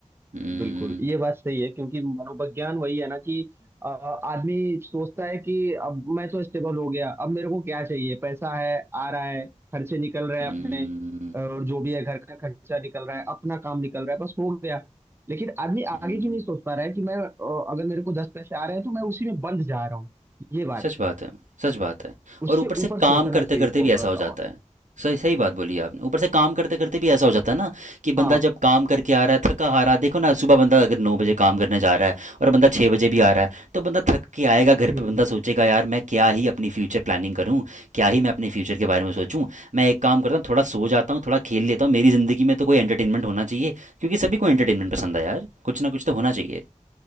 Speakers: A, on the right (about 75°); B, on the right (about 20°).
A: हम्म,
B: बिल्कुल ये बात सही है क्योंकि मनोविज्ञान वही है ना कि अ, आदमी सोचता है कि अब मैं तो स्टेबल हो गया अब मेरे को क्या चाहिए पैसा है आ रहा है खर्चे निकल रहे
A: हम्म,
B: हैं अपने और जो भी है घर का खर्चा निकल रहा है अपना काम निकल रहा है बस हो गया लेकिन आदमी
A: हम्म।
B: आगे की नहीं सोच पा रहा है कि मैं अ, अगर मेरे को दस पैसे आ रहे हैं तो मैं उसी में बंद जा रहा हूँ ये बात
A: सच
B: है
A: बात है सच बात है
B: उससे
A: और ऊपर से
B: ऊपर
A: काम
B: सोचना
A: करते
B: चाहिए
A: करते
B: थोड़ा
A: भी ऐसा
B: सा
A: हो जाता
B: और
A: है सही सही बात बोली आपने ऊपर से काम करते करते भी ऐसा हो जाता है ना कि बंदा
B: हाँ
A: जब काम करके आ रहा है थका आ रहा है देखो ना सुबह बंदा अगर नौ बजे काम करने जा रहा है और बंदा छः बजे भी आ रहा है तो बंदा थक के आएगा घर
B: हम्म,
A: पे बंदा सोचेगा यार मैं क्या ही अपनी फ्यूचर प्लानिंग करूँ क्या ही मैं अपने फ्यूचर के बारे में सोचूँ मैं एक काम करता हूँ थोड़ा सो जाता हूँ थोड़ा खेल लेता हूँ मेरी ज़िंदगी में तो कोई एंटरटेनमेंट होना चाहिए क्योंकि सभी को एंटरटेनमेंट पसंद है यार कुछ ना कुछ तो
B: बिल्कुल
A: होना चाहिए